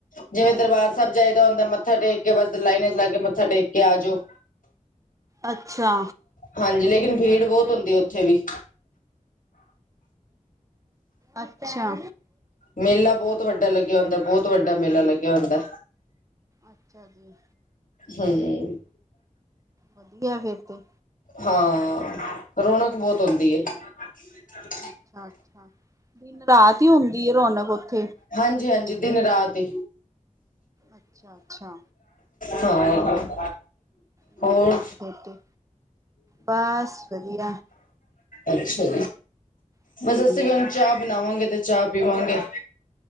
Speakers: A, on the left; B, on the right.
A: ਜਿਵੇਂ ਦਰਬਾਰ ਸਹਿਬ ਜਾਈਦਾ ਹੁੰਦਾ ਮੱਥਾ ਟੇਕ ਕੇ ਬੱਸ ਲਾਈਨ 'ਚ' ਲਾ ਕੇ ਮੱਥਾ ਟੇਕ ਆਜੋ।
B: ਅੱਛਾ।
A: ਹਾਂਜੀ, ਲੇਕਿਨ ਭੀੜ ਬਹੁਤ ਹੁੰਦੀ ਐ ਉੱਥੇ ਵੀ
B: ਅੱਛਾ।
A: ਮੇਲਾ ਬਹੁਤ ਵੱਡਾ ਲੱਗਿਆ ਹੁੰਦਾ, ਬਹੁਤ ਵੱਡਾ ਮੇਲਾ ਲੱਗਿਆ ਹੁੰਦਾ
B: ਅੱਛਾ ਜੀ।
A: ਹਮ।
B: ਵਧੀਆ ਫੇਰ ਤੇ
A: ਹਾਂ, ਰੌਣਕ ਬਹੁਤ ਹੁੰਦੀ ਐ। ' <inaudible>
B: ਅੱਛਾ-ਅੱਛਾ, ਦਿਨ ਰਾਤ ਈ ਹੁੰਦੀ ਐ ਰੌਣਕ ਉੱਥੇ
A: ਹਾਂਜੀ-ਹਾਂਜੀ ਦਿਨ ਰਾਤ ਈ
B: ਅੱਛਾ ਅੱਛਾ
A: ਹਾਂ
B: ਵਧੀਆਂ
A: ਹੋਰ
B: ਆ ' <unintelligible> ' ਤੇ ਬਾਸ ਵਧੀਆਂ
A: ਅੱਛਾ ਜੀ
B: ਹਾਂਜੀ
A: ਬੱਸ ਅਸੀਂ ਵੀ ਹੁਣ
B: ਹਾਂਜੀ
A: ਚਾਹ ਬਣਾਵਾਂਗੇ ਤੇ ਚਾਹ ਪੀਵਾਂਗੇ।